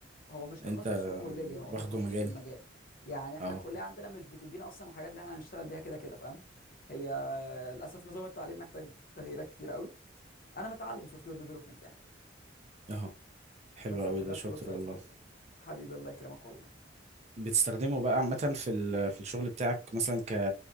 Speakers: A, on the left; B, on the right.
A: هو مش تخصص
B: انت
A: في الكليه هو
B: واخده
A: تخصص
B: مجال
A: في المجال يعني احنا
B: اه
A: الكليه عندنا مش بتدينا اصلا الحاجات اللي احنا هنشتغل بيها كده كده فاهم هي آه، للاسف نظام التعليم محتاج تغييرات كتيره قوي انا متعلم سوفت وير ديفلوبمنت يعني
B: اهو حلو
A: بس
B: قوي
A: وشغال
B: ده
A: في
B: شاطر
A: الويب سايتس
B: والله
A: وكده حبيبي الله يكرمك والله
B: بتستخدمه بقى عامة في ال- في الشغل بتاعك مثلا ك